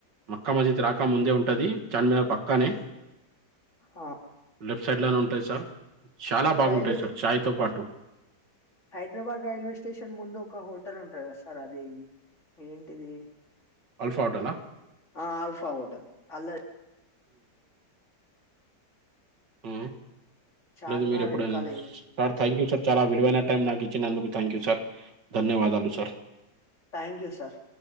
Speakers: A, on the right (about 85°); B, on the left (about 45°).
A: మక్కా మజిద్ రాక ముందే ఉంటది చార్మినార్ పక్కనే
B: ఆ
A: లెఫ్ట్ సైడ్ లోనే ఉంటయి సార్ చాలా బాగుంటాయి
B: రైల్వే
A: సార్ ఛాయ్ తో పాటు
B: హైదరాబాద్ రైల్వే స్టేషన్ ముందు ఒక హోటల్ ఉంటది కదా సార్ అది ఏంటిది
A: అల్ఫా హోటలా
B: ఆ ఆల్ఫా హోటల్ అలా
A: ఆ
B: చార్మినార్
A: లేదు మీరు ఎప్పుడైనా
B: వెనకాల ఏం
A: సార్ థ్యాంక్ యూ సార్ చాలా విలువైన టైం నాకు ఇచ్చినందుకు థ్యాంక్ యూ సార్ ధన్యవాదాలు సార్
B: థ్యాంక్ యూ సార్